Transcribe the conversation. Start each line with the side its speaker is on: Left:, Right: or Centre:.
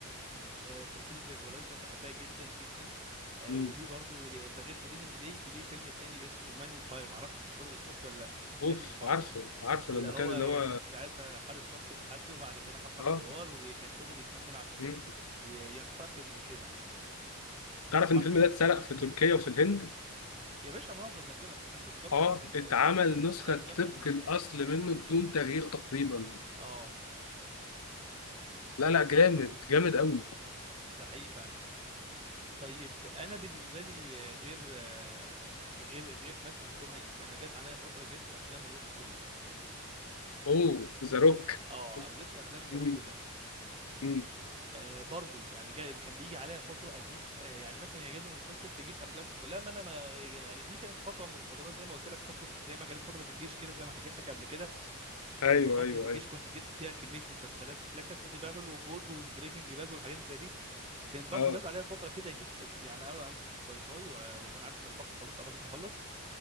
Right: آه، سلسله زي ايكولايزر بحبها جدا جدا آه،
Left: امم
Right: وليه برضو ده غير تريننج داي في ليه فيلم تاني اسمه مان اون فاير معرفش انت شو- شفته ولا لا مان
Left: اوف
Right: اون فاير
Left: عارفه عارفه
Right: اللي
Left: لما
Right: هو
Left: كان اللي هو
Right: كان ساعتها حارس شخصي لحد وبعد كده حصل
Left: اه
Right: حوار وكان فضل يكمل عشان
Left: مم.
Right: ايه ي- ينتقم وكده
Left: تعرف
Right: و-
Left: ان الفيلم ده اتسرق في تركيا وفي الهند
Right: يا باشا معظم الافلام اساسا بتكوبي
Left: اه
Right: بيست من
Left: اتعمل
Right: افلام
Left: نسخة
Right: من افلام
Left: طبق
Right: هوليوود
Left: الأصل منه بدون تغيير تقريبا
Right: اه
Left: لا لا جامد جامد قوي
Right: م، ده حقيقي فعلا طيب انا بالنسبه لي آه، غير آه، غير غير مثلا توم هانكس انا جت عليا فتره جبت افلام الروك كلها
Left: اوه ذا روك
Right: اه زبط افلام ذا
Left: مم.
Right: روك كلها
Left: مم.
Right: آه برضو يعني جاي كان بيجي عليا فتره اجيب آه يعني مثلا يعجبني مسلسل فاجيب افلامه كلها ما انا ما يعني دي كانت فتره من الفترات زي ما قلت لك فتره زي ما كانت فتره الجيش كده زي ما حكيت لك قبل كده
Left: ايوه
Right: ان فتره
Left: ايوه
Right: الجيش
Left: ايوه
Right: كنت جبت فيها كميه مسلسلات لا كاسا دي بابل وجوت وبريكنج باد والحاجات زي دي كانت برضو
Left: اه
Right: جت عليا فتره كده اجيب سلسله يعني أقعد امسك واي فاي و- واكون عارف ان الباقه خلاص قربت تخلص